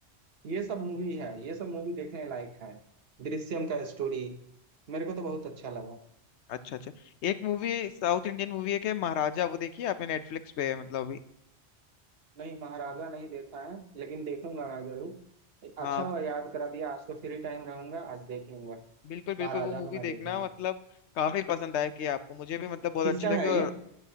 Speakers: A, on the right; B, on the left.
A: ये सब मूवी है ये सब मूवी देखने लायक है दृश्यम का स्टोरी मेरे को तो बहुत अच्छा लगा
B: अच्छा अच्छा एक मूवी साउथ इंडियन मूवी एक है महाराजा वो देखिए आपने नेटफ्लिक्स पे है मतलब अभी
A: नहीं महाराजा नहीं देखा है लेकिन देखूंगा मैं जरूर
B: हाँ
A: अच्छा हुआ याद करा दिया आज तो फ्री टाइम रहूंगा आज देख लूंगा
B: बिल्कुल बिल्कुल
A: महाराजा
B: वो मूवी
A: को मैं
B: देखना
A: देख लूंगा
B: मतलब काफी पसंद आया कि आपको मुझे भी मतलब बहुत
A: किसका
B: अच्छी लगी
A: है
B: और
A: ये